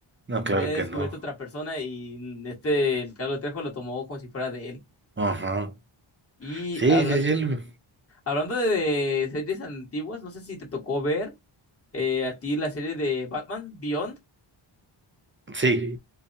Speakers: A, on the right (about 25°); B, on the left (about 30°).
A: No,
B: La
A: claro
B: había descubierto
A: que no.
B: otra persona y este, el Carlos Trejo lo tomó como si fuera de él.
A: Ajá.
B: Y
A: Sí,
B: hablan-
A: sí, sí. lo-
B: hablando de, de series antiguas, no sé si te tocó ver eh, a ti la serie de Batman Beyond.
A: Sí,